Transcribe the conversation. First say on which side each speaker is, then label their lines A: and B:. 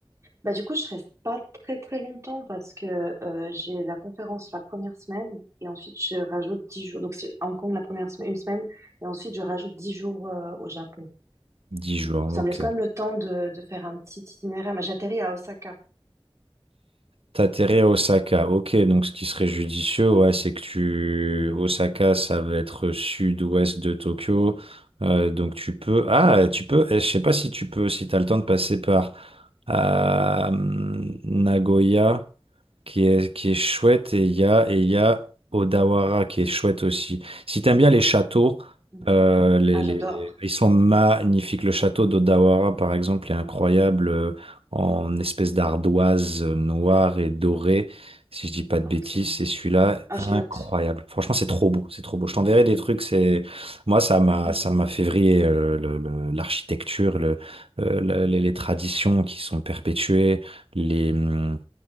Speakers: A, on the right; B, on the right.
A: Bah, du coup, je reste pas très très longtemps parce que euh, j'ai la conférence la première semaine et ensuite je rajoute 10 jours. Donc, c'est à Hong Kong la première semaine, une semaine et ensuite je rajoute 10 jours euh, au Japon.
B: Dix jours,
A: Donc, ça
B: ok.
A: me laisse quand même le temps de, de faire un petit itinéraire. Mais J'atterris à Osaka.
B: T'atterris à Osaka. Ok, donc ce qui serait judicieux, ouais, c'est que tu... Osaka, ça va être sud-ouest de Tokyo. Euh, donc tu peux... Ah, tu peux... eh, Je sais pas si tu peux, si t'as le temps de passer par euh, Nagoya, qui est, qui est chouette, et il y a, et il y a Odawara, qui est chouette aussi. Si t'aimes bien les châteaux,
A: Mhm.
B: euh, les,
A: Ah, j'adore.
B: les- les- ils sont magnifiques. Le château d'Odawara, par exemple, est incroyable. euh, en espèce d'ardoise euh, noire et dorée. Si je dis pas de
A: Ah,
B: bêtises,
A: trop bien.
B: c'est celui-là,
A: Ah,
B: incroyable.
A: je note.
B: Franchement, c'est trop beau, c'est trop beau. Je t'enverrai des trucs. C'est moi, ça m'a,
A: Mhm,
B: ça m'a fait vriller euh, le- le- l'architecture, le, euh, le- les, les traditions qui sont perpétuées, les hum,